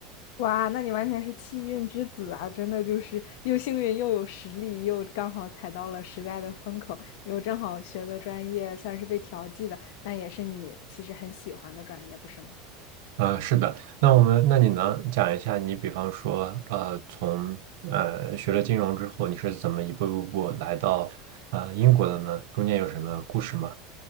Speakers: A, on the left; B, on the right.
A: 哇，那你完全是气运之子啊！真的就是又幸运又有实力，又刚好踩到了时代的风口，又正好学的专业算是被调剂的，但也是你其实很喜欢的专业，不是吗？
B: 呃，是的，那我们，那你能讲一下你，比方说，呃，从呃学了金融之后，你是怎么一步一步来到呃英国的呢？中间有什么故事吗？